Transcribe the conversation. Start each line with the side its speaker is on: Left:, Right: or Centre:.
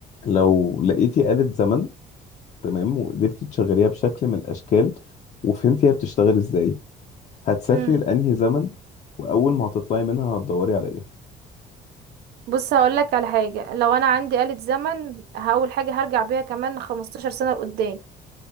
Left: لو لقيتي آلة زمن تمام وقدرتي تشغليها بشكل من الأشكال وفهمتي هي بتشتغل إزاي هتسافري
Right: مم.
Left: لأنهي زمن وأول ما هتطلعي منها هتدوري على إيه
Right: بص هقول لك على حاجه لو انا عندي آلة زمن هقول حاجه هرجع بيها كمان 15 سنه لقدام